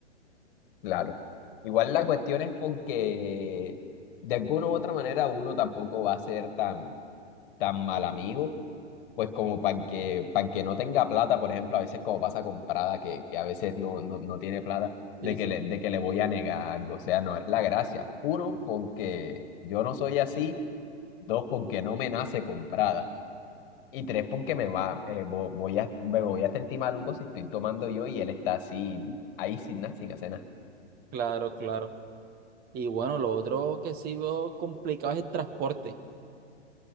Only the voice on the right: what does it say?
Sí,
sí,
claro, claro. Y bueno, lo otro que sí veo complicado es el transporte.